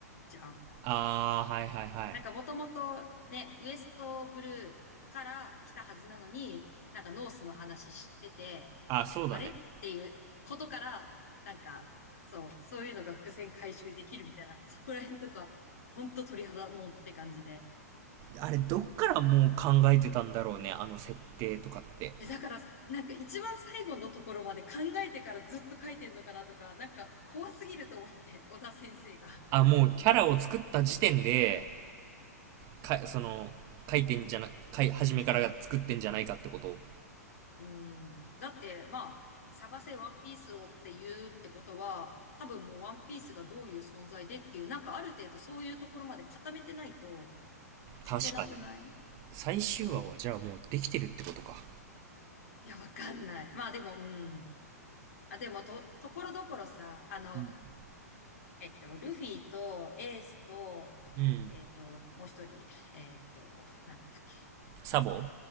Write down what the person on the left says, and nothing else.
じゃん。
なんか、もともと、ね、ウエストブルーから来たはずなのに、なんか、ノースの話知ってて、
あれっていうことから、なんか、そう、そういうのが伏線回収できるみたいな、そこら辺とか、ほんと鳥肌もんって感じで。
え、だから、なんか一番最後のところまで考えてからずっと書いてんのかなとか、なんか怖すぎると思って、<laughs> 小田先生が。
うん。だって、まあ、探せワンピースをって言うってことは、多分もうワンピースがどういう存在でっていう、なんかある程度そういうところまで固めてないと書けなくない
ちょっと、いや、わかんない。まあでも、うん。あ、でも、と、ところどころさ、あの、
えっと、ルフィとエースと、
えっと、もう一人、えっと、なんだったっけ。